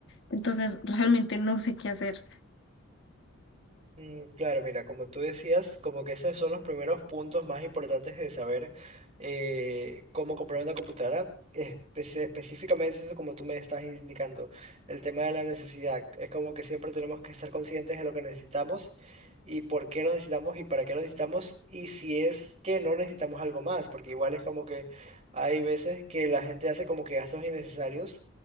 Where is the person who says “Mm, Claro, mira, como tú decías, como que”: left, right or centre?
Right